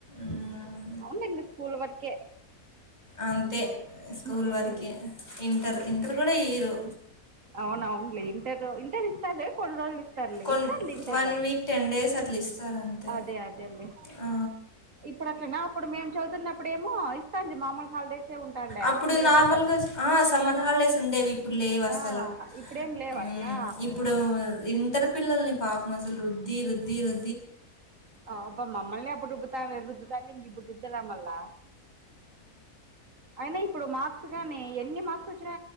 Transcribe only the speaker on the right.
అవున్ ఇంకా స్కూల్ వర్కే
ఉమ్
అవున్ అవున్లే ఇంటర్ ఇంటర్ ఇస్తారు కొన్ రోజలు ఇస్తార్లే
ఇస్తార్లే inter
అదే అదేలే
ఇప్పుడు అట్లనా అప్పుడు మేము చదువుతున్నప్పుడేమో ఇస్తాండి మామూలు హాలిడేసే ఉంటాండే
పిల్లలతో
పాటు
ఆ
ఇప్పుడేం లేవు అట్లా
అవ్ అబ్బ మమ్మల్నే అప్పుడు రుబ్బుతా రుద్దుతాంటే ఇంకిప్పుడు రుద్దరా మళ్ళా అయినా ఇప్పుడు మాక్ గానీ ఎన్ని మార్స్ వచ్చినా